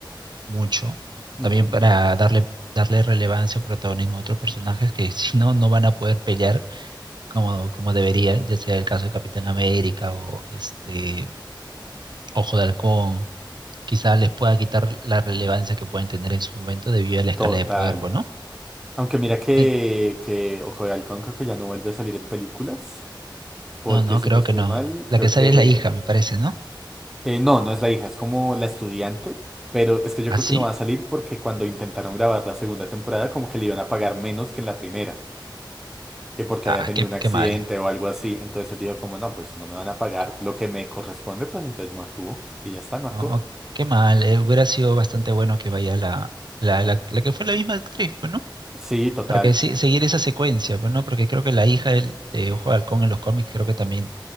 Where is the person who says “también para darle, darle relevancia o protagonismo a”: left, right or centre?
Right